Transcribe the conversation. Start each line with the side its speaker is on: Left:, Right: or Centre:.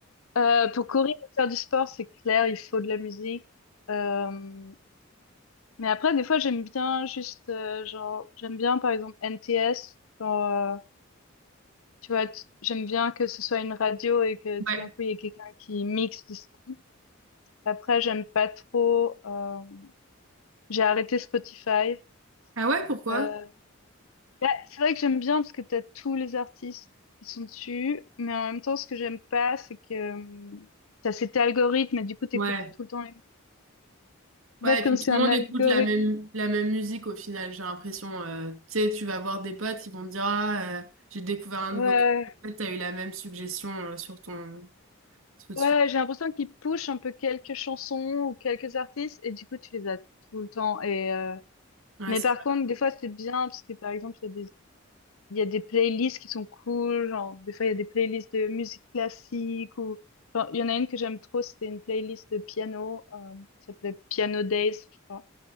Left: Euh, pour courir et faire du sport, c'est clair, il faut de la musique. Euh, mais après, des fois, j'aime bien juste, euh, genre, j'aime bien par exemple NTS, genre euh, Tu vois, tu- j'aime bien que ce soit une radio et que tout
Right: ouais.
Left: d'un coup, il y ait quelqu'un qui mixe du son. Après, j'aime pas trop... euh, J'ai arrêté Spotify.
Right: Ah ouais, pourquoi?
Left: Euh, bah, c'est vrai que j'aime bien parce que t'as tous les artistes qui sont dessus. Mais en même temps, ce que j'aime pas, c'est que euh, t'as cet algorithme et du coup, t'écoutes
Right: Ouais.
Left: tout le temps les...
Right: Ouais,
Left: En fait,
Right: et puis
Left: comme c'est
Right: tout
Left: un
Right: le monde
Left: algorithme...
Right: écoute la même, la même musique au final, j'ai l'impression. euh, tu sais, tu vas voir des potes, ils vont te dire, ah, euh, j'ai découvert un
Left: Ouais,
Right: nouveau truc. En fait, t'as eu la même suggestion euh, sur ton Spotify.
Left: ouais, j'ai l'impression qu'ils push un peu quelques chansons ou quelques artistes et du coup, tu les as tout le temps. Et... euh,
Right: Ouais,
Left: mais
Right: c'est
Left: par
Right: vrai.
Left: contre, des fois, c'est bien parce que par exemple, il y a des il y a des playlists qui sont cool, genre des fois il y a des playlists de musique classique ou genre il y en a une que j'aime trop, c'était une playlist de piano, euh, qui s'appelait Piano Days, je crois.